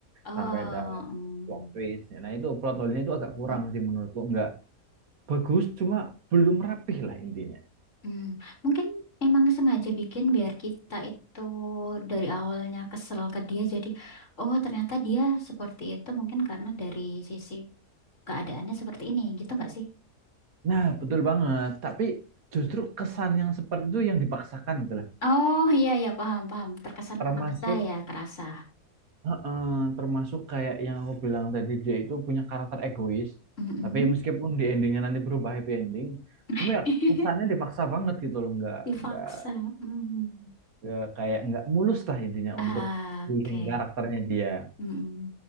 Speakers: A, on the left (about 55°); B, on the right (about 70°).
A: Oh,
B: sampai ada
A: mm,
B: plot twist nah itu plot hole-nya itu agak kurang
A: mm,
B: sih menurutku nggak bagus cuma belum rapih lah intinya
A: mm. Mungkin emang sengaja bikin biar kita itu dari awalnya kesel ke dia jadi, oh ternyata dia seperti itu mungkin karena dari sisi keadaannya seperti ini gitu nggak sih?
B: nah betul banget tapi justru kesan yang seperti itu yang dipaksakan gitu lah
A: Oh iya iya paham paham terkesan
B: termasuk
A: memaksa ya kerasa.
B: heeh, termasuk kayak yang aku bilang tadi dia itu punya karakter egois
A: Mm-mm.
B: tapi meskipun di endingnya nanti berubah happy ending cuma
A: <laughs>
B: ya kesannya dipaksa banget gitu loh nggak
A: Dipaksa.
B: nggak
A: Mm.
B: ya, kayak nggak mulus lah intinya
A: Ah,
B: untuk building
A: Oke.
B: karakternya dia
A: Mm-mm.